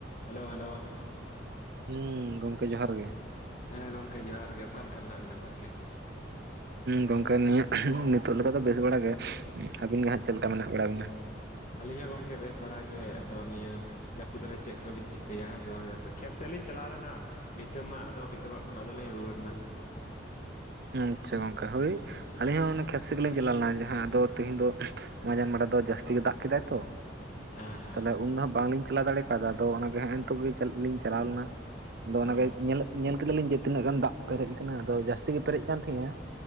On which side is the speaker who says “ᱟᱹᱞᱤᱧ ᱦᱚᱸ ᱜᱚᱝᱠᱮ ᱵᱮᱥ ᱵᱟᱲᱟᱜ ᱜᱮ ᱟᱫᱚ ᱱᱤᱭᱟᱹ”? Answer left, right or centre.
Left